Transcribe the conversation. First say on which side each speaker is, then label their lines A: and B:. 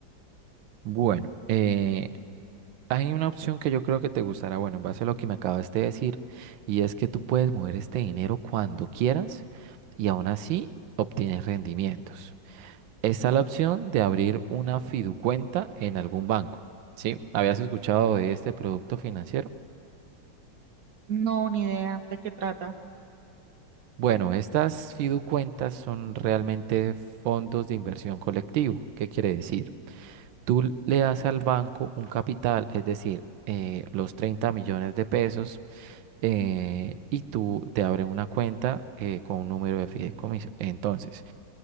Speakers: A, on the right; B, on the right.
A: Bueno, eh, hay una opción que yo creo que te gustará, bueno, en base a lo que me acabas de decir, y es que tú puedes mover este dinero cuando quieras y aún así obtienes rendimientos. Está la opción de abrir una fiducuenta en algún banco. ¿Sí? ¿Habías escuchado de este producto financiero?
B: No, ni idea de qué trata.
A: Bueno, estas fiducuentas son realmente fondos de inversión colectivo. ¿Qué quiere decir? Tú l- le das al banco un capital, es decir, eh, los 30 millones de pesos, eh, y tú te abren una cuenta eh, con un número de fideicomiso. Entonces,